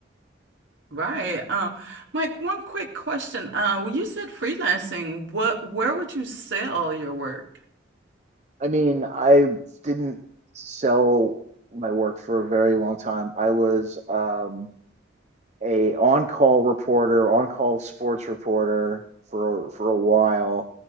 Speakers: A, on the right (about 75°); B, on the right (about 35°).
A: Right. Um, Mike, one quick question. Uh, when you said freelancing, what, where would you sell your work?
B: I mean, I didn't sell my work for a very long time. I was um, a on-call reporter, on-call sports reporter for for a while.